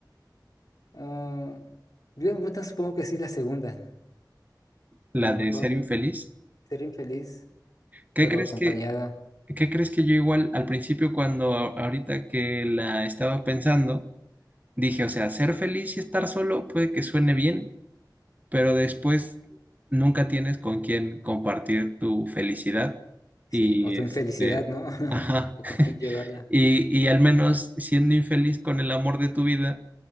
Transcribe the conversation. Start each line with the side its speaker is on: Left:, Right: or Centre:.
Left: ah, yo bueno, supongo que sí la segunda.
Right: la
Left: A lo
Right: de
Left: mejor
Right: ser infeliz.
Left: ser infeliz,
Right: ¿Qué
Left: pero
Right: crees
Left: acompañado.
Right: que, qué crees que yo igual al principio cuando a- ahorita que la estaba pensando? Dije, o sea, ser feliz y estar solo puede que suene bien, pero después nunca tienes con quién compartir tu felicidad.
Left: sí,
Right: Y
Left: o tu
Right: este,
Left: infelicidad, ¿no? <laughs>
Right: ajá.
Left: O
Right: <laughs>
Left: con quién llevarla.
Right: Y, y al menos siendo infeliz con el amor de tu vida,